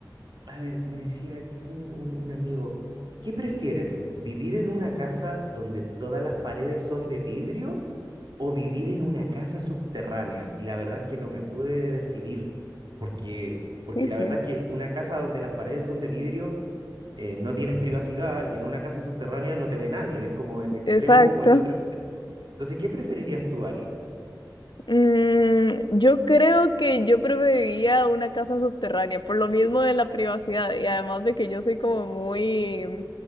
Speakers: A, on the right (about 75°); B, on the left (about 75°).
A: a ver, me decía aquí un, un- un amigo, ¿qué prefieres? ¿Vivir en una casa donde todas las paredes son de vidrio o vivir en una casa subterránea. Y la verdad es que no me pude decidir, porque, porque
B: sí,
A: la
B: sí,
A: verdad es que una casa donde las paredes son de vidrio, eh, no tienes privacidad y en una casa subterránea no te ve nadie, es como el extremo
B: exacto.
A: o el otro extremo. Entonces, ¿qué preferirías tú, Ari?
B: Mm, yo creo que yo preferiría una casa subterránea, por lo mismo de la privacidad y además de que yo soy como muy